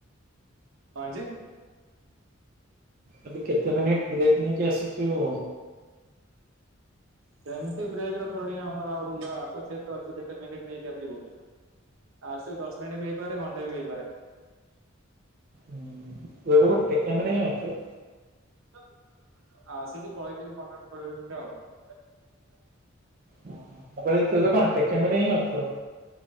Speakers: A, on the right (about 80°); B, on the right (about 45°).
A: କଣ ହେଇଛି।
B: ତମେ କେତେ ମିନିଟ ବ୍ରେକ୍ ନେଇକି ଆସିଛୁ। <inaudible>
A: ସେମତି ବ୍ରେକ୍ ଆମର ଆଉ ଆସୁଛି ତ କେତେ ମିନିଟ ନେଇକି ଆସିବୁ ଆସୁ। ଦଶ ମିନିଟ୍ ବି ହେଇପାରେ ଘଣ୍ଟେ ବି ହେଇପାରେ।
B: ହୁଁ ଏବେ କୋଉଠି କ୍ୟାମେରା ହିଁ ଅଛୁ।
A: <unintelligible>
B: ମୁଁ କହିଲି ତୋର କଣ କ୍ୟାମେରା ରେ ଅଛୁ।